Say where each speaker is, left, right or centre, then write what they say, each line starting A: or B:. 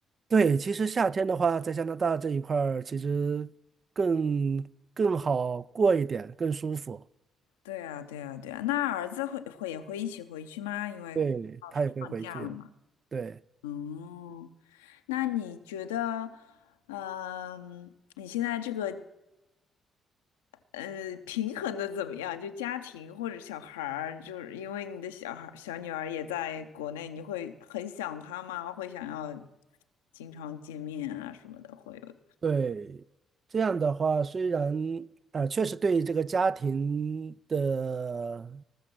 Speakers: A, on the right (about 45°); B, on the left (about 80°).
A: 对，其实夏天的话，在加拿大这一块儿，其实更更好过一点，更舒服。
B: 对啊，对啊，对啊。那儿子会会也会一起回去吗？因为老师放假了嘛。
A: 对，他也会回去。对
B: 哦，那你觉得，嗯、你现在这个呃，平衡的怎么样？就家庭或者小孩儿，就是因为你的小孩儿、小女儿也在国内，你会很想她吗？会想要经常见面啊什么的，会有。
A: 对，这样的话，虽然啊、呃确实对这个家庭的